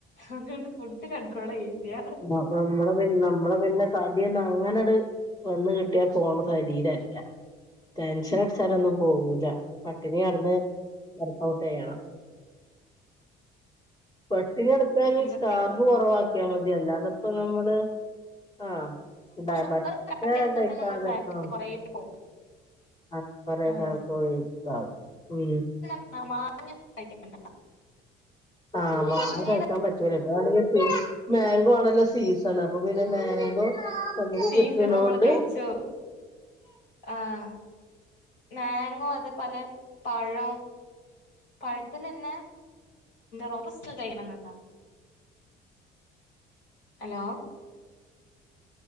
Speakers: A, on the left; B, on the left.
A: അതുകൊണ്ട് ഫുഡ് കണ്ട്രോള് ചെയ്യില്ല
B: ന നമ്മളെ പിന്നെ നമ്മളെ പിന്നെ തടിയൊന്നും അങ്ങനെട് വന്ന് കിട്ടിയാ പോണ ശരീരല്ല ടെൻഷൻ അടിച്ചാലൊന്നും പോവൂല്ല പട്ടിണി കെടന്ന് വർക്ക്ഔട്ട് ചെയ്യണം പട്ടിണി കെടക്കാ മീൻസ്
A: ഇണ്ട്
B: കാർബ് കൊറവാക്കിയാ മതി അല്ലാതപ്പ നമ്മള് ആഹ് ഡയബറ്റ്
A: ഷുഗർ കട്ട്
B: റ്റെ
A: ചെയ്താൽ
B: കഴിക്കാതെ
A: തന്നെ നമ്മുടെ
B: ആഹ്
A: <unintelligible>
B: <unintelligible>
A: ആഹ്
B: ഇതാവും ഉം
A: ആഹ് <unintelligible> കഴിക്കണ്ട
B: ആഹ് മാങ്ങ
A: മാങ്ങയിലെ
B: കഴിക്കാൻ പറ്റൂല ഇപ് അണെങ്ക മാങ്കോ ആണല്ലോ സീസൺ അപ്പൊ പിന്നെ മാങ്കോ നമുക്ക്
A: സീസണ
B: കിട്ടണോണ്ട്
A: നമ്മള് കഴിച്ചോം ആഹ് മങ്കോ അത് പോലെ പഴം. പഴത്തിനന്നെ റോബസ്റ്റ് കഴിക്കണന്നുണ്ടോ? Hello.